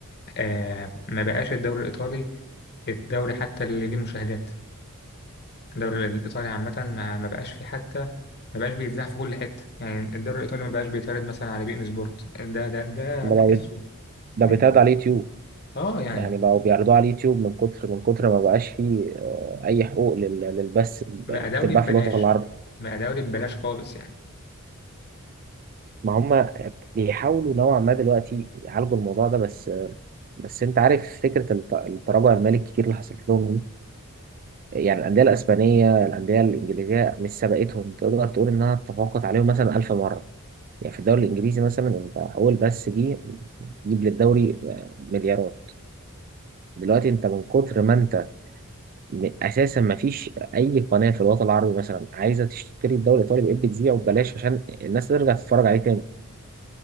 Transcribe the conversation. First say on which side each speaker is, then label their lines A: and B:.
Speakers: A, on the left; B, on the right.
A: آه ما بقاش الدوري الإيطالي الدوري حتى اللي ليه مشاهدات الدوري الإيطالي عامة ما ما بقاش فيه حتى ما بقاش بيتذاع في كل حتة يعني الدوري الإيطالي ما بقاش بيتعرض مثلا على بي إن سبورت ده ده ده
B: ده
A: بحسه
B: بقى بيت- ده
A: من
B: بيتعرض على اليوتيوب
A: اه يعني
B: يعني بقوا بيعرضوه على اليوتيوب من كتر من كتر ما بقاش فيه آه، أي حقوق لل- للبث بتتباع
A: بقى دوري ببلاش
B: في الوطن العربي
A: بقى دوري ببلاش خالص يعني
B: ما هم بيحاولوا نوعا ما دلوقتي يعالجوا الموضوع ده بس بس انت عارف فكره الت- التراجع المالي الكتير اللي حصلت لهم دي يعني الانديه الاسبانيه الانديه الانجليزيه مش سبقتهم تقدر تقول انها تفوقت عليهم مثلا 1000 مره يعني في الدوري الانجليزي مثلا انت اول بس دي تجيب للدوري آه، مليارات دلوقتي انت من كتر ما انت م- اساسا ما فيش اي قناه في الوطن العربي مثلا عايزه تشتري الدوري الايطالي بقيت بتذيعه ببلاش عشان الناس ترجع تتفرج عليه